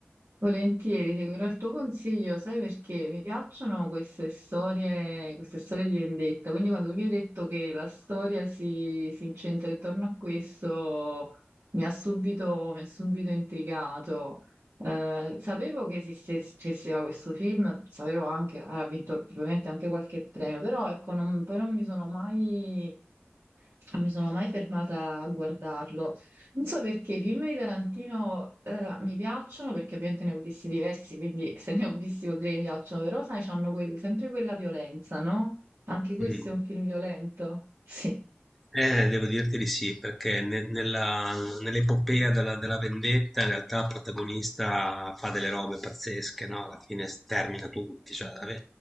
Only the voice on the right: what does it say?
Volentieri, seguirò il tuo consiglio, sai perché mi piacciono queste storie, queste storie di vendetta, quindi quando tu mi hai detto che la storia si, si incentra intorno a questo, mi ha subito, mi ha subito intrigato. Eh, sapevo che esiste- che esisteva questo film, sapevo anche, ha vinto probabilmente anche qualche premio, però ecco, non- poi non mi sono mai non mi sono mai fermata a guardarlo. Non so perché i film di Tarantino eh, mi piacciono, perché ovviamente ne ho visti diversi, quindi se ne ho visti vuol dire che mi piacciono, però sai, c'hanno quel- sempre quella violenza, no? Anche questo
è un film violento. Sì.